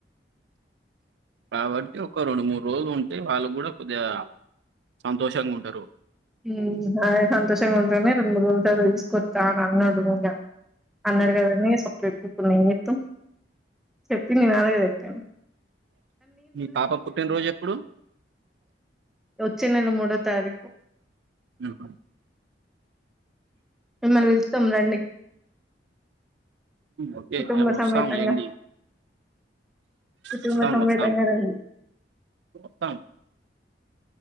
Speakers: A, on the right; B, in the centre.
A: కాబట్టి ఒక రెండు మూడు రోజులు ఉంటే వాళ్ళగుడా కొద్దిగా సంతోషంగా ఉంటారు.
B: మ్మ్ అదే సంతోషంగుంట్రనే రెండు మూడు రోలు తన దీస్కొత్తా అనన్నాడు ఇగ అన్నడు గద నీసం పెప్పిప్పుడు ఏం జెత్తం చెప్పింది గాదుగదిక్క
A: మీ పాప పుట్టిన్ రోజెప్పుడు
B: వచ్చే నెల మూడో తారీకు
A: మ్మ్ హు
B: మనం వెళ్తాం రండి
A: ఓకే
B: కుటుంబ
A: వస్తాం
B: సమేతంగా
A: లేండి
B: కుటుంబ
A: వస్తాం
B: సమేతంగా
A: వస్తాం
B: రండి
A: వస్తాం